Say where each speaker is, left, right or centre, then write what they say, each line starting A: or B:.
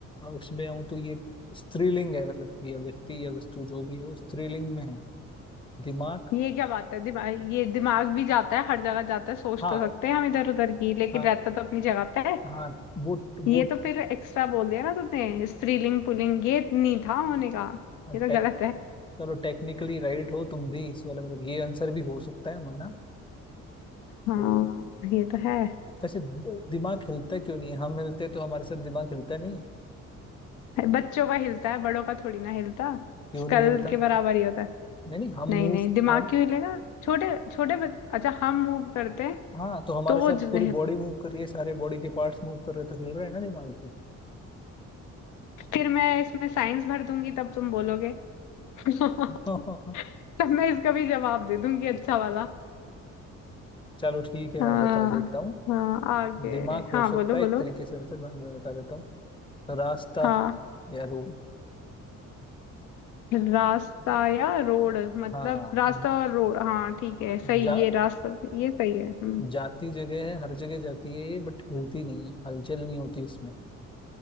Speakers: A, on the left; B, on the left.
A: उसमें आऊँ तो ये स्त्रीलिंग है मतलब यह व्यक्ति या वस्तु जो भी है वो स्त्रीलिंग में है दिमाग
B: ये क्या बात है दिमाग ये दिमाग भी जाता है हर जगह जाता है सोच
A: हाँ
B: तो सकते हैं हम इधर उधर की लेकिन
A: हाँ
B: रहता तो अपनी जगह पे है
A: हाँ वो वो
B: ये तो फिर एक्स्ट्रा बोल दिया ना तुमने स्त्रीलिंग पुल्लिंग ये नहीं था होने का
A: हाँ,
B: ये तो
A: टेक
B: गलत है
A: चलो टेक्निकली राइट हो तुम भी इस वाले मतलब ये आंसर भी हो सकता है माना
B: हाँ
A: तो
B: ये तो है
A: वैसे द- दिमाग हिलता क्यों नहीं है? हम हिलते तो हमारे साथ दिमाग हिलता नहीं है।
B: बच्चों का हिलता है बड़ों का थोड़ी ना हिलता
A: क्यों
B: स्कल
A: नहीं हिलता
B: के बराबर ही होता है
A: नहीं नहीं हम
B: नहीं
A: मूव
B: नहीं दिमाग
A: हम
B: क्यों हिलेगा छोटे छोटे बच... अच्छा हम मूव करते हैं
A: हाँ तो हमारे
B: तो वो
A: साथ
B: ज-
A: पूरी बॉडी मूव कर रही है सारे बॉडी के पार्ट्स मूव कर रहे हैं, तो हिल रहे हैं ना दिमाग भी
B: फिर मैं इसमें साइंस भर दूंगी तब तुम बोलोगे <laughs> तब
A: <laughs>
B: मैं इसका भी जवाब दे दूंगी अच्छा वाला
A: चलो ठीक है
B: हाँ
A: मैं बता देता हूँ
B: हाँ आगे
A: दिमाग
B: हाँ
A: हो सकता
B: बोलो बोलो
A: है एक तरीके से आंसर मैं मैं बता देता हूँ रास्ता
B: हाँ
A: या रोड
B: रास्ता या रोड मतलब
A: हाँ
B: रास्ता और रोड हाँ ठीक है सही
A: जा,
B: ये रास्ता ये सही है हम्म
A: जाती जगह है हर जगह जाती है ये बट हिलती नहीं है हलचल नहीं होती इसमें